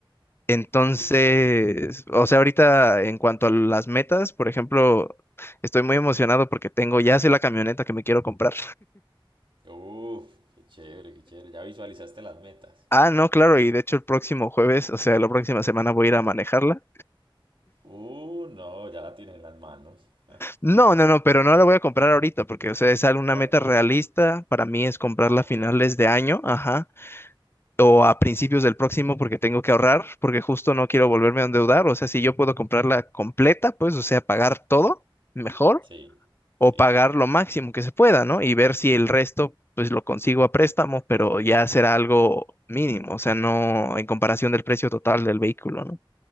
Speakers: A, on the left; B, on the right.
A: Entonces,
B: Sí, claro.
A: o sea, ahorita en cuanto a las metas, por ejemplo, estoy muy emocionado porque tengo, ya sé la camioneta que me quiero comprar.
B: Uf, qué chévere, qué chévere. Ya visualizaste las metas.
A: Ah, no, claro, y de hecho el próximo jueves, o sea, la próxima semana voy a ir a manejarla.
B: Uh, no, ya la tienes en las manos. Ah,
A: No,
B: qué bueno.
A: no, no, pero no la voy a comprar ahorita porque, o sea, es una
B: Ah,
A: meta
B: ok.
A: realista. Para mí es comprarla
B: Ah,
A: a finales
B: ok, ok.
A: de año, ajá, o a principios del próximo porque tengo que ahorrar, porque justo no quiero volverme a endeudar. O sea, si yo puedo comprarla completa, pues, o sea, pagar todo mejor
B: Sí,
A: o
B: sí.
A: pagar lo máximo que se pueda, ¿no? Y ver si el resto, pues, lo consigo a préstamo, pero ya será algo mínimo, o sea, no en comparación del precio total del vehículo, ¿no?